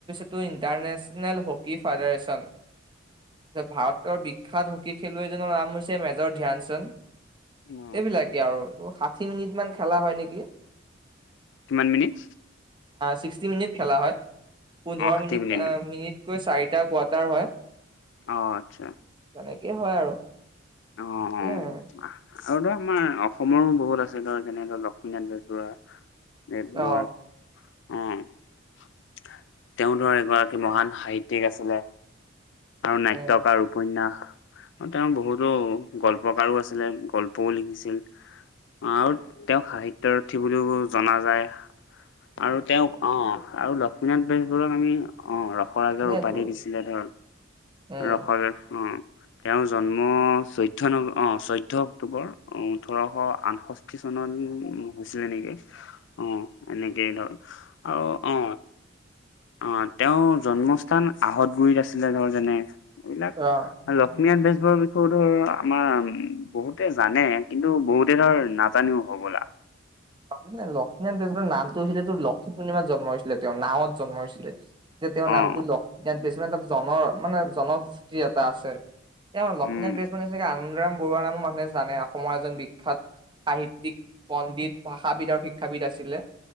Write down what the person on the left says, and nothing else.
অ
কিমান মিনিট?
অ', ষাঠি
ন?
অ', আচ্ছা
অ',
অ'।
আৰু ধৰ আমাৰ অসমৰো বহুত আছে ধৰ যেনে ধৰ লক্ষ্মীনাথ বেজবৰুৱা দেৰ
আছে, অ', <unintelligible> তেওঁ ধৰ এগৰাকী মহান সাহিত্যিক আছিলে। আৰু নাট্যয়কাৰ
উপন্যাস, তেওঁ বহুতো। গল্পকাৰো আছিলে গল্পও লিখিছিল। আৰু তেওঁক সাহিত্যৰথী বুলিও জনা যায়। আৰু তেওঁক অ আৰু লক্ষ্মীনাথ বেজবৰুৱাক আমি অ। ৰসৰাজৰ
উপাধি দিছিলে, ধৰ
ৰসৰাজ। তেওঁৰ জন্ম চৈতয়। চৈধ্য ন অঁ চৈধ্য অক্টোবৰ ওঠৰশ আঠষষ্ঠি চনত। হৈছিলে নেকি অ এনেকেই ধৰ আৰু অ। অ তেওঁৰ জন্মস্থান আহত গুৰিত আছিলে ধৰ যেনে। এইবিলাক
লক্ষ্মীনাথ বেজবৰুৱাৰ বিষয়ো। আমাৰ উ বহুতে জানে কিন্তু বহুতে ধৰ নাজানিও হ'বলা।
অ'
উম